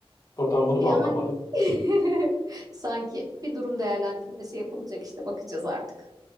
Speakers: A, on the left; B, on the right.
A: Buradan bunu
B: Yani
A: mu anlamalıyım?
B: <laughs> sanki bir durum değerlendirmesi yapılacak işte bakacağız artık.